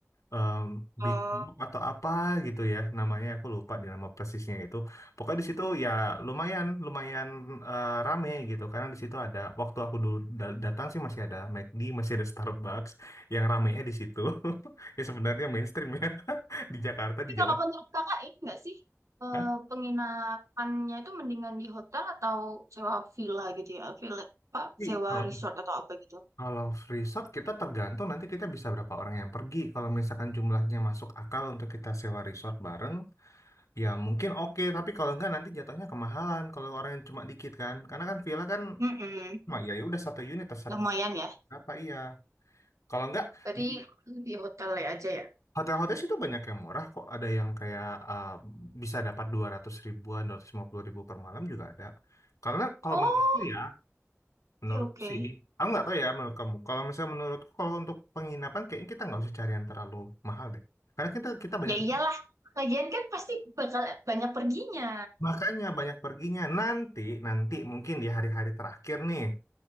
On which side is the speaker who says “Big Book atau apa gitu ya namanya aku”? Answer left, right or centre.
Left